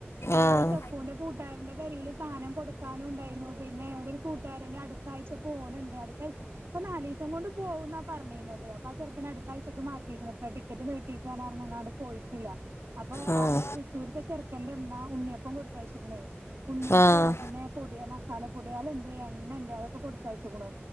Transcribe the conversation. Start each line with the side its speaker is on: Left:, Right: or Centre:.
Right: അയ്ല്
Left: ആഹ്
Right: സപ്പൂന്റെ കൂട്ടാരന്റെ പെരിൽ സാനം കൊട്ക്കാനുംണ്ടായി. പിന്നെ ഒര് കൂട്ടാരന് അടുത്താഴ്ച പോണ് ണ്ട്. അടുത്താഴ്ച ഇപ്പൊ നാലീസം കൊണ്ട് പോകുന്നാ പറഞ്ഞിരുന്നത് പ്പ ആ ചെറക്കനട്ത്ത ആഴ്ച്ചക്ക് മാറ്റിക്കണ്. പ്പൊ ടിക്കറ്റ് നീട്ടീക്കാണ ർഞ്ഞിങ്ങാണ്ട് പോയിട്ടില്ല. അപ്പൊ
Left: ഉം
Right: അവടെ തൃശ്ശൂരിത്തെ ചെർക്കന്റെമ്മ ഉണ്ണിയപ്പം കൊടുത്തയച്ച്ക്ക്ണേ ഉണ്ണിയപ്പവും
Left: ആഹ്
Right: പിന്നെ പൊടി മസാല പൊടിയാളിണ്ട് എണ്ണണ്ട് അതാളൊക്കെ കൊടുത്തയച്ചക്കണു